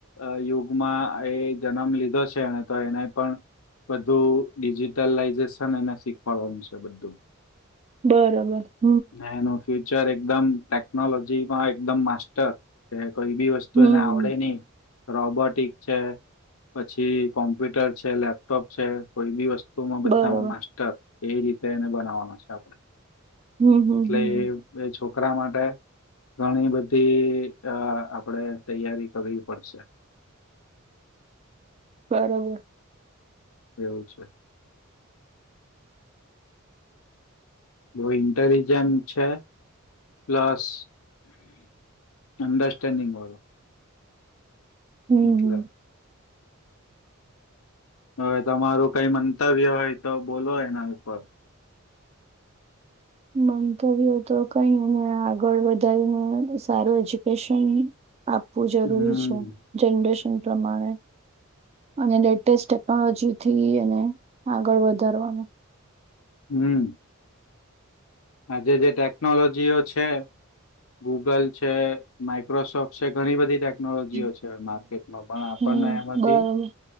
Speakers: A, on the left; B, on the right.
A: આ યુગમાં એ જન્મ લીધો છે એને તો એને પણ બધું ડિજિટલાઈઝેશન એને શીખવાડવાનું છે બધું.
B: બરોબર.
A: ને એનું ફ્યુચર એકદમ ટેકનોલોજીમાં એકદમ માસ્ટર કે કોઈ બી વસ્તુ
B: હમ.
A: એને આવડે નહી. રોબોટિક છે પછી કોમ્પ્યુટર છે લેપટોપ છે કોઈ બી વસ્ત તો માં બધામાં
B: બરાબર.
A: માસ્ટર એ રીતે એને બનાવવાનો છે આપણે.
B: હમ, હમ,
A: એટલે
B: હમ.
A: એ એ છોકરા માટે. ઘણી બધી અ આપડે તૈયારી કરવી પડશે. <inaudible>
B: બરોબર.
A: એવું છે. બો ઇન્ટેલિજન્ટ છે પ્લસ અન્ડરસ્ટેન્ડિંગ વાળો.
B: હમ
A: એટલે.
B: હમ
A: હવે તમારું કઈ મંતવ્ય હોય તો બોલો એના ઉપર
B: મંતવ્યો તો કઈ આગળ વધારીને સારું એજ્યુકેશન આપવું જરૂરી
A: હમ્મ
B: છે જનરેશન પ્રમાણે અને લેટેસ્ટ ટેકનોલોજી થી એને આગળ વધારવાનું
A: હમ્મ. આજે જે ટેકનોલોજીઓ છે. ગૂગલ છે માઈક્રોસોફ્ટ છે ઘણી બધી ટેકનોલોજીઓ
B: હમ,
A: છે માર્કેટમાં પણ આપણને
B: હમ.
A: એમાંથી
B: બરાબર.